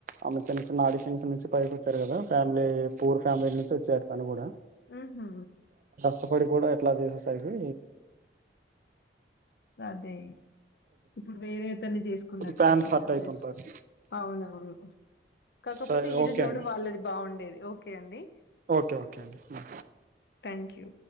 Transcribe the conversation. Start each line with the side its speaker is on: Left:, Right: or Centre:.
Right: ఆమె చిన్న చిన్న ఆడిషన్స్ నుంచి పైకొచ్చారు కదా ఫ్యామిలీ పూర్ ఫ్యామిలీ నుంచి వచ్చారు తను కూడా
Left: ఉహు
Right: అప్పటి కూడా ఇట్లా చేసే సరికి
Left: అదే ఇప్పుడు వేరే అతన్ని చేసుకున్నట్టున్నారు
Right: ఫ్యాన్స్ హట్
Left: మ్యారేజ్
Right: అవుతుంటారు
Left: అవునావును కాకపోతే
Right: సరే
Left: ఈడు
Right: ఓకే
Left: జోడు
Right: అండి
Left: వాళ్ళది బాగుండేది ఒకే అండి
Right: ఓకే ఓకే అండి
Left: థాంక్యూ